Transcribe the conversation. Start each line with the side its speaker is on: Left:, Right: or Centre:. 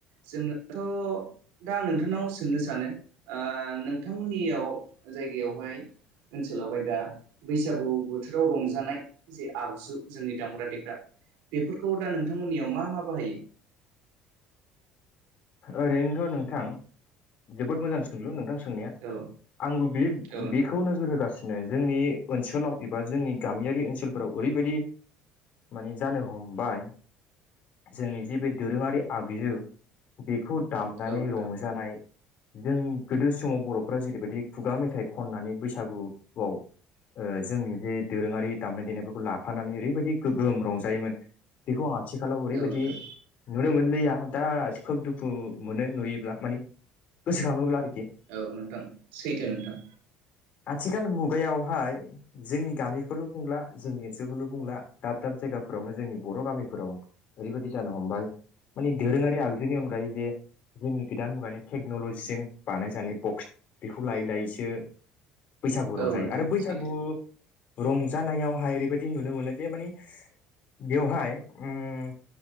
Right: जोङो दाथ' दा आं नोंथांनाव सोंनो सानो आ नोंथांमोननियाव जायगायाव बेवहाय ओनसोला हाय दा बैसागु बोथोराव रं जानाय जे आगजु जोंनि दामग्रा देग्रा बेफोरखौ फ्रा नोंथांमोननियाव मा मा बाहायो
Left: ओरैनोथ' नोंथां जोबोद मोजां सोंलु नोंथां सोंनाया
Right: औ
Left: आंबो बे
Right: औ नोंथां
Left: बेखौ नोजोर होगासि नै जोंनि ओनसोलाव एबा जोंनि गामियारि ओनसोलफोराव ओरैबायदि माने जानो हमबाय जोंनि जि बे दोरोङारि आबियो बेखौ दामनानै
Right: औ नोंथां
Left: रंजानाय जों गोदो समाव बर'फोरा जेरैबायदि खुगा मेथाइ खननानै बैसागुआव ओ जोंनि बेे दोरोङारि दामनाय देनायफोरखौ लाफानानै ओरैबायदि गोगोम रंजायोमोन बेखौ आं आथिखालाव ओरैबायदि
Right: औ नोंथां
Left: नुनो मोनलिया दा खोब दुखु मोनो नुयोब्ला मानिे गोसोखाङोब्ला आरो
Right: औ नोंथां सैथो नोंथां
Left: आथिखाल मुगायावहाय जोंनि गामिखौल' बुंला जोंनि ओनसोलखौल' बुंला दाब दाब जाय जायगाफोरावनो जोंनि बर' गामिफोराव ओरैबायदि जानो हमबाय मानि दोरोंआरि आ बिनि अनगायै जे जोंनि गोदान मुगानि टेक्न'ल'जिजों बानायजानाय बक्स बेखौ लायै लायै सो बैसागु
Right: औ
Left: रंजायो
Right: नोंथां
Left: आरो बैसागु
Right: सैथो
Left: रंजानायावहाय ओरैबायदि नुनो मोनो जे मानि बेवहाय ओम